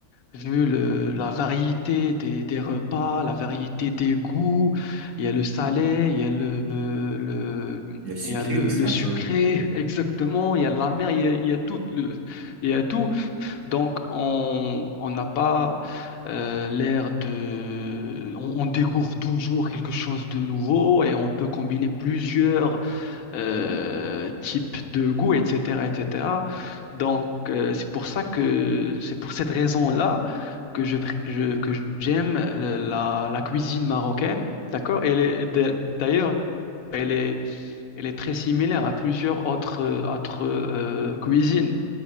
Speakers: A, on the left; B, on the right.
A: vu le, la variété des, des repas, la variété des goûts, il y a le salé, il y a le, le,
B: Le sucré
A: il y a le,
B: aussi
A: le
B: un
A: sucré,
B: peu.
A: <laughs> exactement, il y a la mer, il y a, il y a tout, le, il y a tout. Donc, on, on n'a pas euh, l'air de... On, on découvre toujours quelque chose de nouveau et on peut combiner plusieurs euh, type de goût, etc., etc. Donc, euh, c'est pour ça que c'est pour cette raison-là que je, pr- je- que j'aime euh, la, la cuisine marocaine, d'accord? Elle est d'a- d'ailleurs, elle est, elle est très similaire à plusieurs autres, euh, autres euh, cuisines.